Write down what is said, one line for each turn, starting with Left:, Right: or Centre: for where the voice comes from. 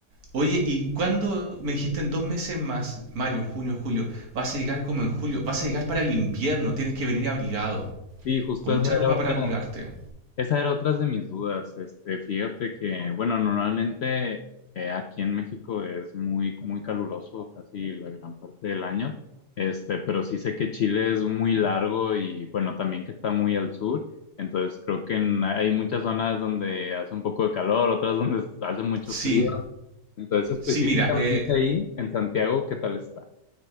Right: Oye, ¿y cuándo me dijiste en dos meses más, mayo, junio, julio, vas a llegar como en julio, vas a llegar para el invierno, tienes que venir abrigado.
Left: Sí, justo
Right: Con
Left: esa
Right: mucha
Left: era
Right: ropa
Left: otra.
Right: para abrigarte.
Left: Esa era otra de mis dudas. Este, fíjate que, bueno, normalmente eh, aquí en México es muy, muy caluroso casi la gran parte del año. Este, pero sí sé que Chile es muy largo y, bueno, también que está muy al sur. Entonces creo que en- hay muchas zonas donde hace un poco de calor, otras donde <laughs> hace mucho
Right: Sí,
Left: frío. Entonces, específicamente
Right: sí, mira, eh,
Left: ahí, en Santiago, ¿qué tal está?